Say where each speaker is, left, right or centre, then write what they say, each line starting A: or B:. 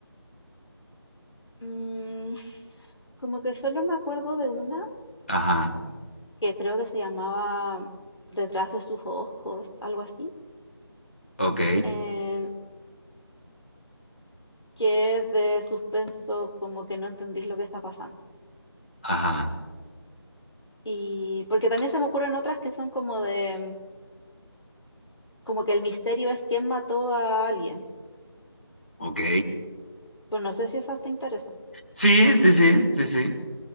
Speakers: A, on the left (about 80°); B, on the left (about 30°).
A: Mm, como que solo me acuerdo de una
B: Ajá,
A: que creo que se llamaba Detrás de sus ojos, algo así.
B: ok,
A: eh, que es de suspenso, como que no entendís lo que está pasando.
B: ajá,
A: Y porque también se me ocurren otras que son como de, como que el misterio es quién mató a alguien.
B: ok.
A: Pues no sé si esas te interesan.
B: Sí, sí, sí, sí, sí.